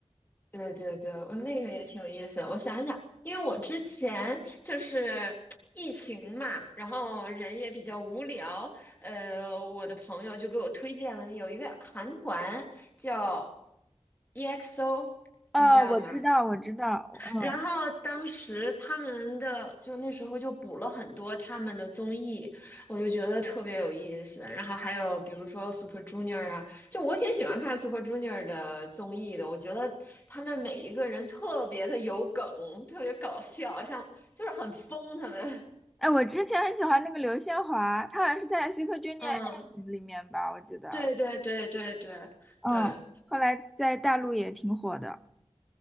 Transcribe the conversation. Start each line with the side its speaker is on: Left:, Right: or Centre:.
Left: 对对对，我那个也挺有意思。我想一想，因为我之前就是疫情嘛，然后人也比较无聊，呃，我的朋友就给我推荐了有一个韩团叫 EXO，
Centre: 哦，
Left: 你知道吗？
Centre: 我知道，我知道，嗯。
Left: 然后当时他们的就那时候就补了很多他们的综艺，我就觉得特别有意思。然后还有比如说 Super Junior 啊，就我挺喜欢看 Super Junior 的综艺的。我觉得他们每一个人特别的有梗，特别搞笑，像就是很疯他们。
Centre: 哎，我之前很喜欢那个刘宪华，他好像是在 Super Junior
Left: <laughs> 嗯，
Centre: M 里面吧，我记得。
Left: 对对对对对对。
Centre: 嗯，后来在大陆也挺火的。